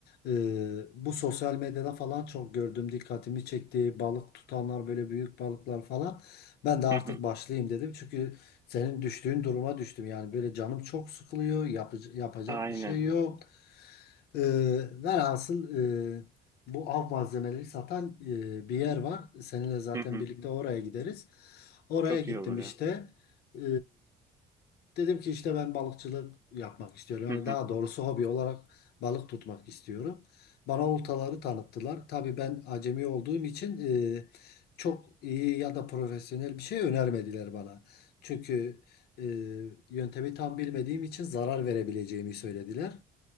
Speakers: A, on the left; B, on the right.
A: Ee, bu sosyal medyada falan çok gördüm dikkatimi çekti. Balık tutanlar böyle büyük balıklar falan. Ben de artık
B: Hı hı.
A: başlayayım dedim. Çünkü senin düştüğün duruma düştüm. Yani böyle canım çok sıkılıyor. yapıc- yapacak
B: Aynen.
A: bir şey yok. Ee, velhasıl e, bu av malzemeleri satan e, bir yer var. Seninle zaten
B: Hı hı.
A: birlikte oraya gideriz. Oraya
B: Çok
A: gittim
B: iyi olur
A: işte.
B: ya.
A: Ee, Dedim ki işte ben balıkçılık yapmak istiyorum. Yani
B: Hı hı.
A: daha doğrusu hobi olarak balık tutmak istiyorum. Bana oltaları tanıttılar. Tabii ben acemi olduğum için e, çok iyi ya da profesyonel bir şey önermediler bana. Çünkü e, yöntemi tam bilmediğim için zarar verebileceğimi söylediler.